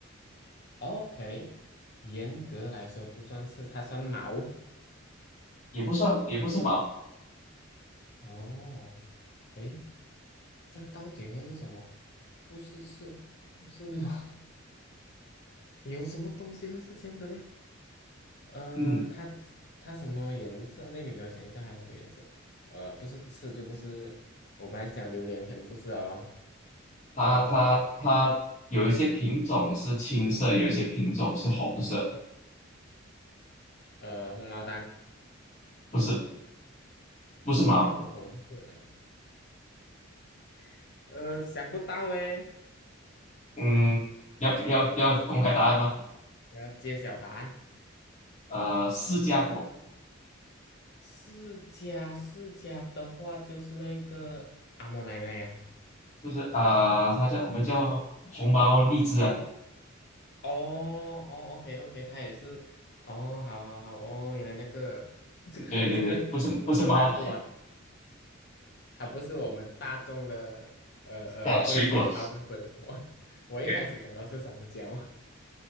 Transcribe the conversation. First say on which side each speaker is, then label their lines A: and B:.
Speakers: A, on the left; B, on the left.
A: ？OK，严格来说不算刺，它算毛。
B: 也不算也不是毛，
A: 哦，诶，这样到底会是什么？不是刺，不是毛，<laughs> 有什么东西会是这样的嘞？呃，
B: 嗯，
A: 它它什么颜色？那你给我想一下，还有什么颜色？呃，不是刺就不是，我本来想榴莲，肯定不是了咯。
B: 它它它有一些品种是青色，
A: 呃
B: 有一些品种是红色，
A: 呃，红毛丹
B: 不是不是毛，
A: 还有红色的哦 <laughs> 呃，想不到诶，
B: 嗯，要要要公开答案吗？
A: 要揭晓答案。
B: 呃，释迦果
A: 释迦，释迦的话就是那个阿嬷奶奶呀、
B: 不是啊、呃它叫我们叫红毛荔枝啊，
A: 哦哦，OK OK，它也是。哦，好好好，哦，原来那个 <laughs> 这个这个有有难度啊。
B: 对对对，不是不是毛啊，
A: 它不是我们大众的呃呃会想到的水果。
B: <laughs> 啊水果，
A: <laughs> 我一开始想到是香蕉，
B: 对。